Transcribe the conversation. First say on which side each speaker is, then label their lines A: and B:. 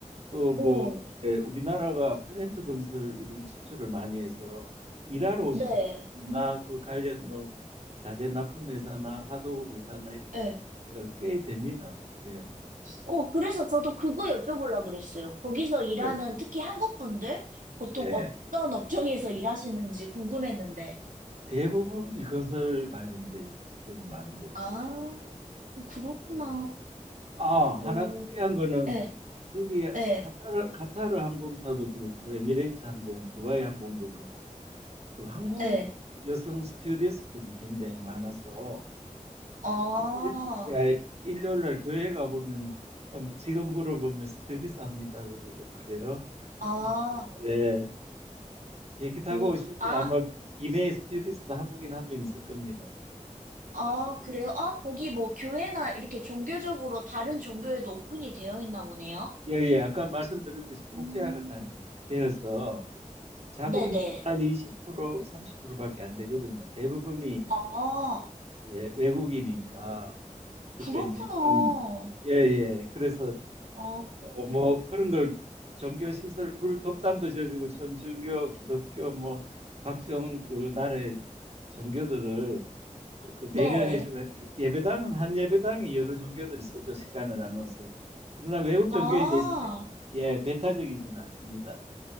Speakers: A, on the right; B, on the right.
A: 또 뭐
B: 오
A: 이렇게 우리나라가 플랜트 건설 이런 거 수출을 많이 해서 일하러 오신
B: 네.
A: 분들이나 그 관련 뭐 자재 납품 회사나 하도급 회사나 이런
B: 네.
A: 데가 꽤 됩니다. 예,
B: 어, 그래서 저도 그거 여쭤보려고 그랬어요. 거기서 일하는
A: 예,
B: 특히 한국 분들 보통
A: 네.
B: 어떤 업종에서 일하시는지 궁금했는데.
A: 대부분이 건설 관련된 직종이 많은 것 같아요.
B: 아, 그렇구나.
A: 예. 아, 하나
B: 오,
A: 특이한 거는
B: 예,
A: 거기
B: 예,
A: 카타르 카타르 항공사도 그렇고 에미레이트 항공, 두바이 항공도 그렇고 그 한국
B: 예.
A: 여성 스튜어디스들이 굉장히 많아서
B: 아,
A: 그 일, 야, 일요일 날 교회 가 보면은 어, 지금 물어보면 스튜어디스 합니다 그러고 그래요.
B: 아,
A: 그래서 예, 비행기 타고
B: 오,
A: 오실 때
B: 아,
A: 아마 기- 기내 스튜어디스도 한국인 한 명 있을 겁니다.
B: 아, 그래요? 아, 거기 뭐 교회나 이렇게 종교적으로 다른 종교에도 오픈이 되어 있나 보네요?
A: 예, 예, 아까 말씀드렸듯이 국제화가
B: 음,
A: 잘 되어서 자국민은
B: 네네.
A: 한 20%, 30%밖에 안 되거든요. 대부분이
B: 아,
A: 예, 외국인이니까 그러니까
B: 그렇구나.
A: 이제 좀 예예 그래서
B: 아,
A: 어, 뭐 그런 걸 종교 시설 불, 법당도 지어주고 천주교, 기독교 뭐 각종 그 나라의 종교들을 그 배려해주고
B: 네.
A: 예배당은 한 예배당에 여러 종교들이 있어죠 시간을 나눠서 그러나 외국 종교에
B: 아,
A: 대해서 배, 예 배타적이지는 않습니다.